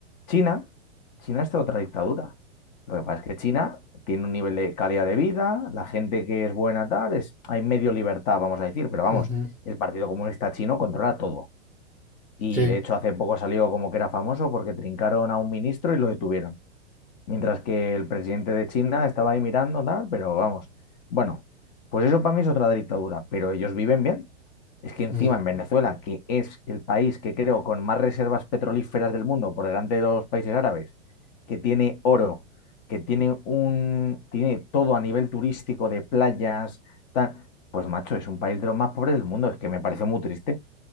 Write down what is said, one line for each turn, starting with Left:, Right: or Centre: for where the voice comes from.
Left: China, China está en otra dictadura. Lo que pasa es que China tiene un nivel de calidad de vida, la gente que es buena tal, es, hay medio libertad, vamos a decir, pero vamos,
Centre: ujú,
Left: el Partido Comunista Chino controla todo. Y
Centre: sí,
Left: de hecho hace poco salió como que era famoso porque trincaron a un ministro y lo detuvieron. Mientras que el presidente de China estaba ahí mirando, tal, pero vamos. Bueno, pues eso para mí es otra dictadura, pero ellos viven bien. Es que encima
Centre: ujú,
Left: en Venezuela, que es el país que creo con más reservas petrolíferas del mundo por delante de los países árabes, que tiene oro, que tiene un, tiene todo a nivel turístico de playas, tal, pues macho, es un país de los más pobres del mundo. Es que me parece muy triste.